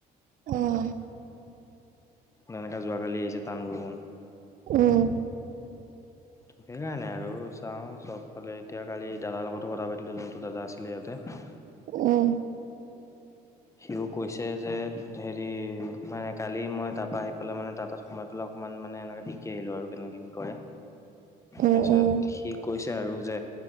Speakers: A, on the right; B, on the left.
A: উম,
B: তেনেকা যোৱাকালি আহিছে টানবৰষুণ।
A: উম।
B: ত সেইকাৰণে আৰু। চাও চবফালে এতিয়া কালি দাদাৰ লগতো কথা পাতিলো, যোনটো দাদা আছিলে ইয়াতে।
A: উম।
B: সিও কৈছে যে, হেৰি মানে কালি মই তাৰপৰা আহি পেলাই মানে তাৰ তাত সোমাই পেলাই। অকমান মানে এনেকে শিকি আহিলো আৰু, কেনেকে কি কৰে?
A: উম,
B: তাৰপিছত
A: উম,
B: সি কৈছে আৰু যে।